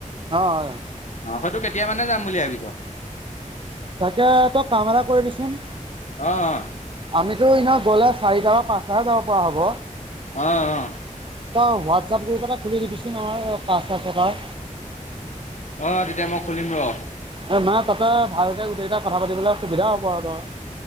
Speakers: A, on the right; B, on the left.
A: অ' হয়।
B: অ', হয়তো কেতিয়া মানে যাম বুলি ভাবিছ।
A: তাকে তই কাম এটা কৰিবিচোন
B: অ',
A: আমি <unintelligible> ইনা গ'লে চাৰিটাাৰ বা পাঁচটাে যাব পৰা হ'ব।
B: অ' অ'
A: তই হোৱাটছআপ গ্ৰুপ এটা খুলি দিবিচোন নহ পাঁচটা ছটাৰ।
B: অ' তেতিয়া মই খুলিম ৰ।
A: <unintelligible> তাতে ভালকে গোটেইটা কথা পাতিবলৈ সুবিধা হ'ব আৰু ত